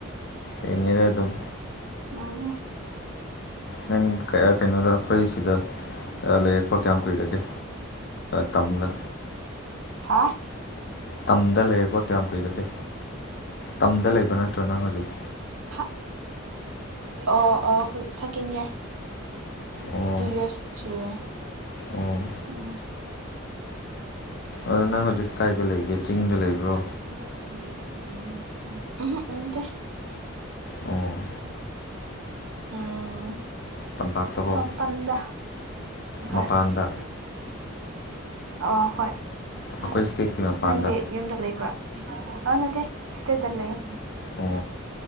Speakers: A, on the left (about 50°); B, on the right (about 75°).
A: ꯍꯤꯡꯉꯤꯗ <unintelligible> ꯑꯗꯨꯝ
B: <unintelligible>
A: ꯅꯪ ꯀꯩꯅꯣꯗ ꯑꯩꯈꯣꯏ ꯁꯤꯗ ꯂꯩꯔꯛꯄ ꯀꯌꯥꯝ ꯀꯨꯏꯔꯒꯦ ꯇꯝꯗ
B: ꯍꯥꯥ
A: ꯇꯝꯗ ꯂꯩꯔꯛꯄ ꯀꯌꯥꯝ ꯀꯨꯏꯔꯒꯦ ꯇꯝꯗ ꯂꯩꯕ ꯅꯠꯇ꯭ꯔꯥ ꯅꯪ ꯍꯧꯖꯤꯛ
B: ꯍꯥ ꯑꯣ ꯑꯣ ꯁꯦꯀꯦꯟ ꯏꯌꯥꯔ
A: ꯑꯣ
B: ꯇꯨ ꯏꯌꯔꯁꯁꯨꯨꯔꯦ
A: ꯑꯣ
B: ꯎꯝ
A: ꯑꯗꯨ ꯅꯪ ꯍꯧꯖꯤꯛ ꯀꯥꯏꯗ ꯂꯩꯒꯦ ꯆꯤꯡꯗ ꯂꯩꯕ꯭ꯔꯣ
B: ꯎꯪꯍꯨꯛ ꯅꯠꯇ‌ꯦ
A: ꯑꯣ
B: ꯎꯝ
A: ꯇꯝꯄꯥꯛꯇꯀꯣ
B: ꯃꯄꯥꯟꯗ ꯍꫭꯏ
A: ꯃꯄꯥꯟꯗ
B: ꯑꫭ ꯍꫭꯏ
A: ꯑꯩꯈꯣꯏ ꯏꯁꯇꯦꯠꯀꯤ ꯃꯄꯥꯟꯗ
B: ꯅꯪꯗꯤ ꯌꯨꯝꯗ ꯂꯩꯕꯔꯥ ꯑꯥ ꯅꯠꯇꯦ ꯁꯗꯩꯇ ꯂꯩꯌꯦ
A: ꯑꯣ